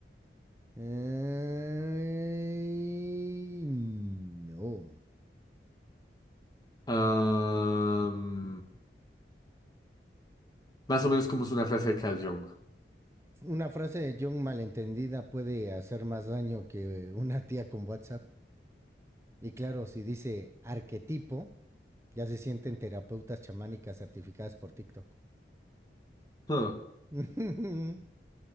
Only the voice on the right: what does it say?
Eh, no.
Una frase de Jung malentendida puede hacer más daño que una tía con WhatsApp. Y claro, si dice arquetipo, ya se sienten terapeutas chamánicas certificadas por TikTok.
<laughs>